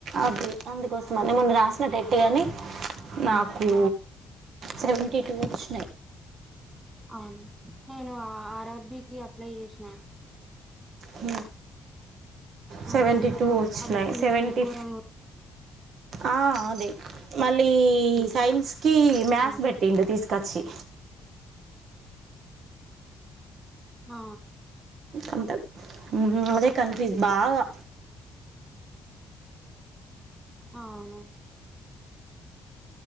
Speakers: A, on the right; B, on the right.
A: అది అందుకోసమ మొన్న రాసిన టెట్టుగాని నాకు
B: ఉమ్
A: సెవెంటీ టూ వచ్చినయి
B: అవును నేను ఆర్ఆర్బికి అప్లై చేసినా
A: మ్మ్ సెవెంటీ
B: ఉమ్
A: టూ వచ్చినాయి
B: ఆ బుక్
A: సెవెంటీ
B: చూస్తేనే ఘోరంగా
A: ఆ అదే మళ్ లీ
B: ఉంది
A: సైన్స్ కి మ్యాథ్స్
B: ఆ
A: పెట్టి తీసుకు కచి
B: ఆ
A: అంతే మ్మ్ అదే కన్ఫ్యూజ్ బాగా
B: అవును